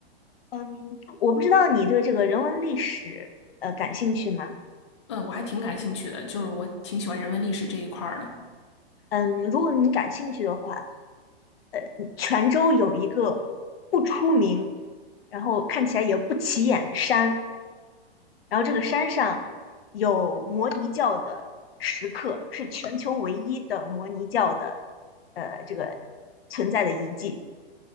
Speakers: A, on the left; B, on the left.
A: 嗯，我不知道你对这个人文历史呃感兴趣吗？
B: 嗯，我还挺感兴趣的，就是我挺喜欢人文历史这一块儿的。
A: 嗯，如果你感兴趣的话，呃，泉州有一个不出名，然后看起来也不起眼的山，然后这个山上有摩尼教的石刻，是全球唯一的摩尼教的呃这个存在的遗迹。